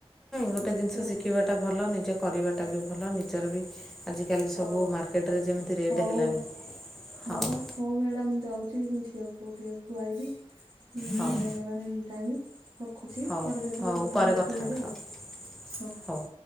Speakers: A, in the centre; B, on the right.
A: ଗୋଟେ
B: ଏମିତି
A: ଜିନିଷ
B: ଆଉ।
A: ଶିଖିବାଟା ଭଲ ନିଜ କରିବାଟା ବି ଭଲ ନିଜର ବି ଖ ଆଜିକାଲି
B: ହଁ।
A: ସବୁ ମାର୍କେଟରେ ଯେମିତି ରେଟ୍
B: ହଉ
A: ହେଲାଣି ହଉ
B: ହଁ ବା ହଉ ମ୍ୟାଡାମ ମୁଁ ଯାଉଛି ମୁଁ ଝିଅକୁ ଟିକେ ଖୁଆଇବି ହୁଁ
A: ହଉ
B: ହେଇଗଲାଣି ଟାଇମ୍ ରଖୁଛି
A: ହଉ
B: ପରେ କେତେବେଳେ
A: ହଉ
B: କଥା
A: ପରେ
B: ହବା ଫ୍ରି ହେଲେ
A: ହେବା
B: ଆଉ ହଁ।
A: ହଉ ହଉ